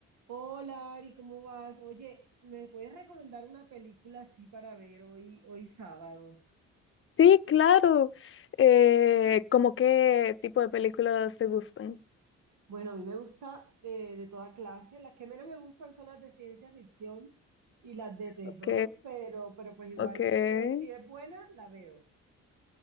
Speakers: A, on the right (about 75°); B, on the left (about 45°).
A: Hola Ari, ¿cómo vas? Oye, ¿me puedes recomendar una película así para ver hoy, hoy sábado?
B: Sí, claro. Eh, ¿cómo qué tipo de películas te gustan?
A: Bueno, a mí me gusta eh, de toda clase. Las que menos me gustan son las de ciencia ficción y las de terror,
B: Ok,
A: pero, pero pues igual,
B: ok.
A: eh, si es buena, la veo.